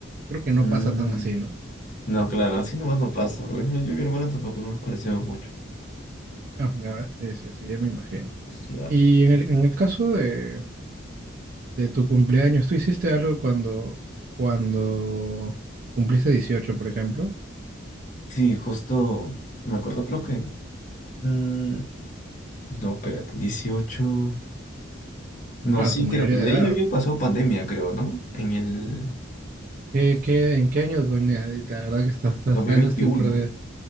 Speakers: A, on the right; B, on the left.
A: Creo que
B: Mm,
A: no pasa tan así, ¿no?
B: No, claro, así nomás no pasa. Por ejemplo, yo y mi hermana tampoco no nos parecemos mucho.
A: No, ya ves, sí, sí, sí, ya me imagino.
B: Claro.
A: Y en el, en el caso de, de tu cumpleaños, ¿tú hiciste algo cuando, cuando cumpliste 18 por ejemplo?
B: Sí, justo me acuerdo, creo que. mm, no, espérate, dieciocho No,
A: Claro,
B: sí,
A: tu mayoría
B: creo que de
A: de edad.
B: ahí había pasado pandemia, creo, ¿no? En el
A: ¿Qué, qué, en qué año? coño? La verdad que hasta, hasta,
B: dos
A: hasta
B: mil
A: eso
B: veintiuno
A: estoy perdido.